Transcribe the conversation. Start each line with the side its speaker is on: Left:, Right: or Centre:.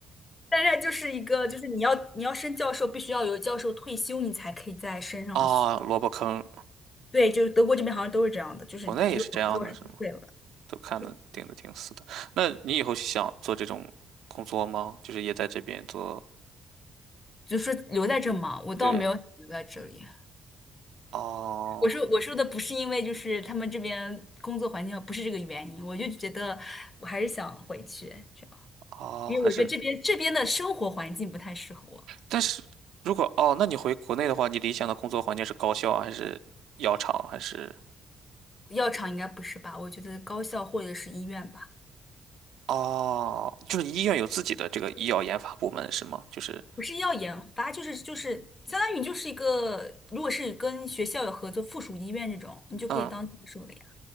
Left: 但是就是一个，就是你要你要升教授，必须要有教授退休，你才可以再升上去。
Right: 啊，萝卜坑，
Left: 对，就是德国这边好像都是这样的，就是只有教授退了，
Right: 国内也是这样的，是吗？都看的盯的挺死的。
Left: 对，
Right: 那你以后想做这种工作吗？就是也在这边做？
Left: 就是留在这嘛。我倒没有想留在这里。
Right: 对，哦
Left: 我说我说的不是因为就是他们这边工作环境不是这个原因，我就觉得我还是想回去这样，
Right: 哦，
Left: 因为我觉得这边这边的生活环境不太适合我。
Right: 还是，但是如果哦，那你回国内的话，你理想的工作环境是高校啊还是药厂还是？
Left: 药厂应该不是吧？我觉得高校或者是医院吧。
Right: 哦，就是医院有自己的这个医药研发部门是吗？就是
Left: 不是要研发，就是就是相当于你就是一个，如果是跟学校有合作，附属医院这种，你就可以当教授了呀，
Right: 嗯，